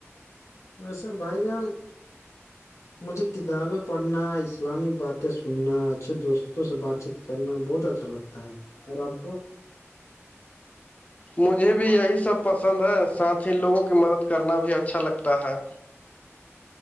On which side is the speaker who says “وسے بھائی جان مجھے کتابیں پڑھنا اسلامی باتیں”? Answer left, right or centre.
Left